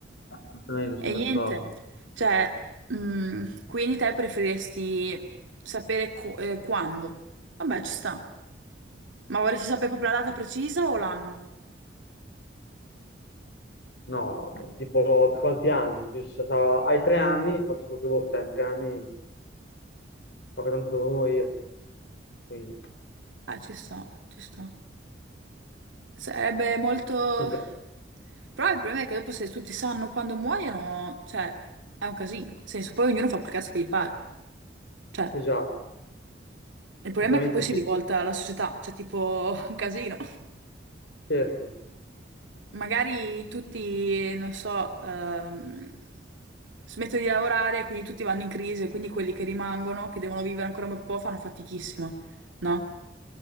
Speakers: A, on the left; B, on the right.
A: assolutamente
B: e
A: sono
B: niente.
A: d'accordo.
B: Cioè, mh, quindi te preferiresti sapere co- eh, quando? Vabbè, ci sta. Ma vorresti sapere proprio la data precisa o l'anno?
A: No, tipo quanti anni? Così, se sa- hai tre anni, faccio quello che vuoi, cioè in tre anni ma che tanto devo morire. Quindi,
B: Ah, ci sta, ci sta. Sarebbe molto...
A: esatto,
B: Però il problema è che dopo se tutti sanno quando muoiono, cioè, è un casino. Nel senso, poi ognuno fa quel cazzo che gli pare. Cioè,
A: esatto,
B: il problema
A: effettivamente
B: è che poi si
A: sì,
B: rivolta alla società, cioè, tipo, <laughs> un casino.
A: certo,
B: Magari tutti, non so, ehm, smettono di lavorare, e quindi tutti vanno in crisi, e quindi quelli che rimangono, che devono vivere ancora un bel po', fanno fatichissima, no?